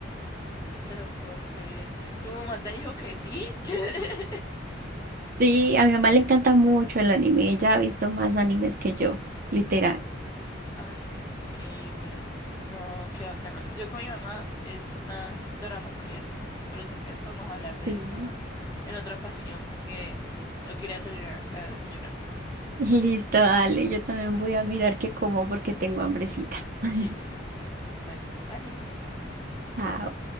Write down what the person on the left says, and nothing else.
No te lo puedo creer. ¿Tu mamá te dijo que sí? <laughs>
Ay, qué increíble. No, qué bacano. Yo con mi mamá es más doramas coreanos, pero sí que después vamos a hablar de
eso en otra ocasión porque tengo que ir a desayunar. a desayunar.
Sí, sí, bueno. Bueno, vale.